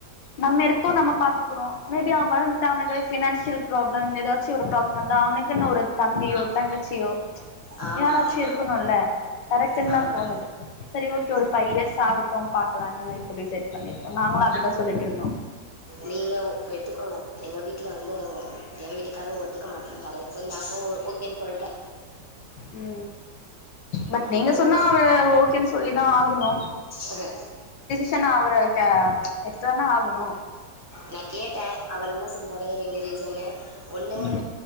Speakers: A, on the left (about 75°); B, on the right (about 15°).
A: நம்ம இருக்கோ நம்ம பாத்துக்கறோ மேபி அவ வளந் இப்ப அவனுக்கு ஃபினான்சியல் ப்ராப்ளம் ஏதாச்சு ஒரு ப்ராப்ளம் வந்தா அவனுக்குனு ஒரு தம்பியோ தங்கச்சியோ
B: ஆமா
A: யாராச்சு
B: ஆமா ஆமா
A: இருக்கணுல கரெக்டுனு
B: ஆமா
A: தா தோணுது சரி ஓகே ஒரு ஃபைவ் இயர்ஸ் ஆகட்டு பாக்கலானுதா இப்போ டிசைட் பண்ணிருக்கோ நாங்களு அதே தா சொல்லிட்ருந்தோ
B: நீங்க வெத்துக்கோங்க எங்க வீட்டுல வந்து எங்க எ வீட்டுக்காரர் ஒத்துக்க மாட்டேன்டாரு சோ நானு ஓகேனு சொல்ட்டே
A: உ பட்
B: ரொம்ப
A: நீங்க
B: இது
A: சொன்னா அவரு ஓகேன்னு சொல்லிதா ஆகணு
B: இது
A: ஷனா அவரு க எடுத்து தான ஆகணு
B: நா கேட்டே அவரு என்ன சொன்னாரு ரெண்டு ரீசன்னு ஒண்ணு
A: ம்